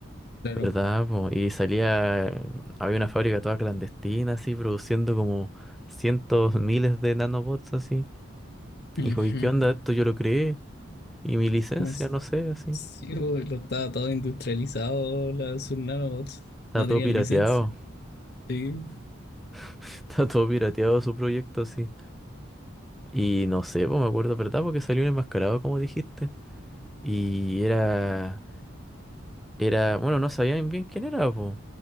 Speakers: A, on the left; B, in the centre.
A: claro.
B: ¿Verdad? po? Y salía, había una fábrica toda clandestina, así, produciendo como cientos, miles de nanobots, así.
A: Ujú.
B: Y dijo, ¿y qué onda esto? Yo lo creé. Y mi licencia,
A: Más,
B: no sé, así.
A: sí, pues, lo estaba todo industrializado, la- sus nanobots.
B: Está
A: No
B: todo
A: tenían
B: pirateado.
A: licencia. Sí.
B: <laughs> Está todo pirateado su proyecto, así. Y no sé, pues me acuerdo, ¿verdad? Porque salió un enmascarado, como dijiste. Y era, era, bueno, no sabían bien quién era, pues.